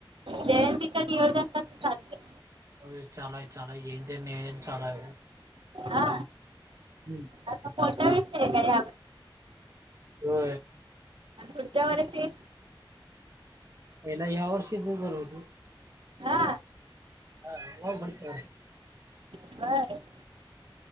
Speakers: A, on the right; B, on the right.
A: जयंतीच नियोजन कसं चाललंय
B: होय चालाय चालाय येते महिन्या चालाय.
A: हा
B: हम्म
A: आ पताास काण
B: हो
A: पुुर्चाा वर स
B: पहिला ह्या वर्षीच जर होते
A: हा
B: ह हो बडत
A: हा